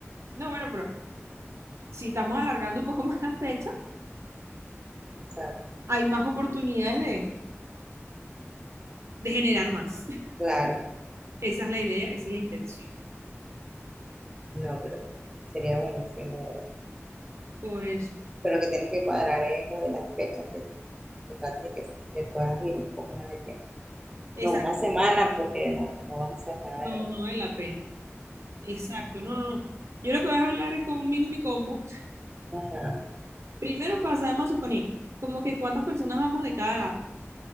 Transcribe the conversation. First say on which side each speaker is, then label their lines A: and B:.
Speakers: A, on the right (about 75°); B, on the right (about 15°).
A: No, bueno, pero si estamos alargando un poco <laughs> más la fecha,
B: Exacto.
A: hay más oportunidades de, de generar más.
B: Claro,
A: <laughs> Esa es la idea, esa es la intención.
B: no, pero sería buenísimo, de ¿verdad?
A: Por eso.
B: Pero lo que tienes que cuadrar es lo de las fechas, que, que trates de que te puedas ir un poco más de tiempo.
A: Exacto.
B: No, una semana, porque no, no vas a hacer nada
A: No,
B: de verdad.
A: no vale la pena. Exacto. No, no, no. Yo lo que voy a hablar es conmigo y mi combo.
B: No. Ajá,
A: Primero pasamos a suponer como que cuántas personas vamos de cada lado.